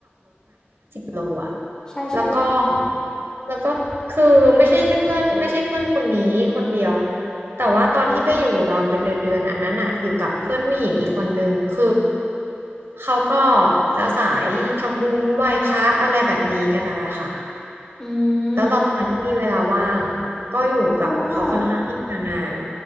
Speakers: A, on the right; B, on the left.
A: โลอะ
B: ใช่ใช่ใช่ค่ะ
A: แล้วก็ แล้วก็คือไม่ใช่แค่เพื่อนไม่ใช่เพื่อนคนนี้คนเดียว แต่ว่าตอนที่ไปอยู่ดอนเป็นเดือนเดือนอันนั้นอะอยู่กับเพื่อนผู้หญิงอีกคนนึงคือเขาก็จะสายทำบุญไหว้พระอะไรแบบนี้กันอะไรค่ะ
B: อื
A: แล้วเราตอนนั้นก็มีเวลาว่างก็อยู่กับเขาค่อนข้างที่จะนาน
B: มเพราะว่า